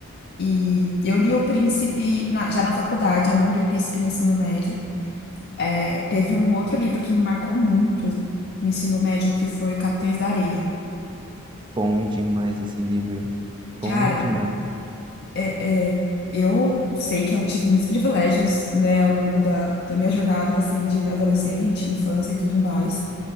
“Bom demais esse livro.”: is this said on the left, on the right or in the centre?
Right